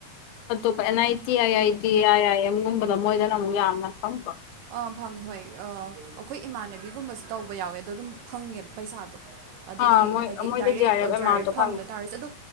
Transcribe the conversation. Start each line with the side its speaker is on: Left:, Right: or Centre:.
Left: ꯑꯇꯣꯞꯄ and I T I I D I ꯑꯥꯏ ꯑꯦꯝꯒꯨꯝꯕꯗ ꯃꯣꯏꯗꯅ ꯑꯃꯨꯛ ꯌꯥꯝꯅ ꯐꯪꯕ
Right: ꯑꯥ ꯐꯪꯉꯦ ꯍꯣꯏ ꯑ ꯑꯩꯈꯣꯏ ꯏꯃꯥꯟꯅꯕꯤꯒꯨꯝꯕꯁꯨ ꯇꯧꯕ ꯌꯥꯎꯋꯦ ꯑꯗꯣ ꯑꯗꯨꯝ ꯐꯪꯉꯦꯕ ꯄꯩꯁꯥꯗꯣ ꯑꯗꯨꯒꯤ
Left: ꯑꯥ ꯃꯣꯏ
Right: ꯍꯥꯏꯗꯤ
Left: ꯃꯣꯏꯗ
Right: ꯗꯥꯏꯔꯦꯛ
Left: ꯖꯤ
Right: ꯖꯦ
Left: ꯑꯦꯃꯥꯎꯟꯇꯣ
Right: ꯑꯥꯔ ꯑꯦꯐ ꯐꯪꯗ
Left: ꯐꯪꯉꯦ
Right: ꯇꯥꯔꯁꯨ ꯑꯗꯣ